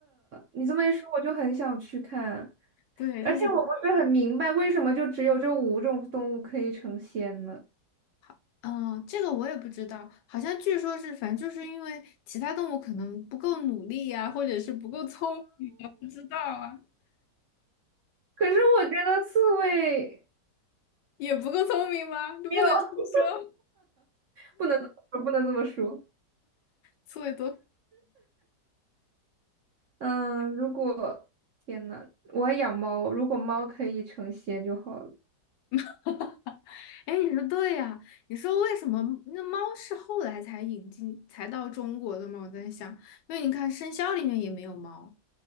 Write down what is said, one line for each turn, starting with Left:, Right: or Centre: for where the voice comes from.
Right: 你这么一说，我就很想去看，
Left: 对，
Right: 而且我不是很明白为什么就只有这五种动物可以成仙呢？
Left: 就想 <laughs>，嗯，这个我也不知道，好像据说是，反正就是因为其他动物可能不够努力呀、或者是不够聪，不知道啊，
Right: 可是我觉得刺猬
Left: 也不够聪明吗？就不能这么说。
Right: 没有，<laughs> 不能这么说不能这么说。
Left: 刺猬多，
Right: 嗯，如果天呐，我要养猫，如果猫可以成仙就好了。
Left: <laughs> 哎，你说对呀、你说为什么那猫是后来才引进才到中国的吗？我在想，因为你看生肖里面也没有猫。